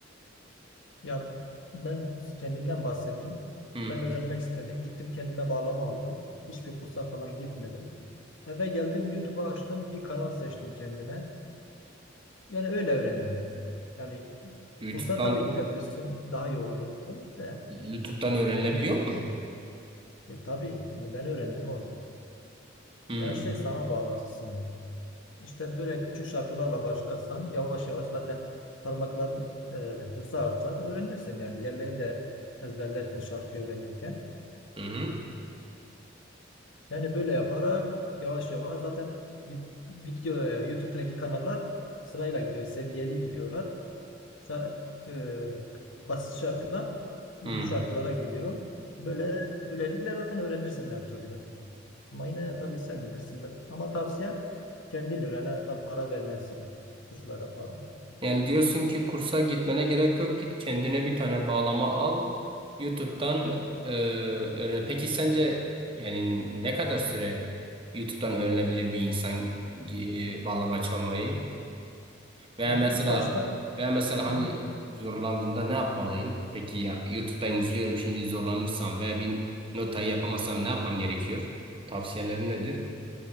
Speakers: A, on the left (about 70°); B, on the right (about 25°).
A: ya ben kendimden bahsedeyim.
B: Hı.
A: Ben öğrenmek istedim. Gittim kendime bağlama aldım. Hiçbir kursa falan gitmedim. Eve geldim YouTube'u açtım. Bir kanal seçtim kendime. Yani öyle öğrendim. Yani
B: YouTube'dan
A: kursa tabii gidebilirsin. Daha iyi olur tabii de.
B: YouTube'dan öğrenilebiliyor
A: Hı.
B: mu?
A: E, tabii. Yani ben öğrendim oradan.
B: Hmm.
A: Ya her şey sana bağlı aslında. İşte böyle küçük şarkılarla başlarsan yavaş yavaş zaten parmakların e, hızı artar. Öğrenirsin yani. Yerlerini de ezberlersin şarkı öğrenirken.
B: Hı hı.
A: Yani böyle yaparak yavaş yavaş zaten vid- video e, YouTube'daki kanallar sırayla gidiyor. Seviyeli gidiyorlar. şarkı, e, basit şarkıdan uzun
B: Hmm.
A: şarkılara gidiyor. Böyle böylelikle zaten öğrenirsin her türlü. Ama yine tabii sen bilirsin. Ben- Ama tavsiyem kendin öğren. En azından para vermezsin kurslara falan.
B: Yani diyorsun ki kursa gitmene gerek yok. Git kendine bir tane bağlama al. YouTube'dan
A: Evet.
B: e, öğren. Peki sence yani ne kadar süre YouTube'dan öğrenebilir bir insan e, bağlama çalmayı? Veya
A: Ya
B: mesela
A: ilk başta
B: veya mesela hani
A: hı,
B: zorlandığımda ne yapmalıyım? Peki ya, YouTube'dan izliyorum şimdi zorlanırsam veya bir notayı yapamasam ne yapmam gerekiyor? Tavsiyelerin nedir?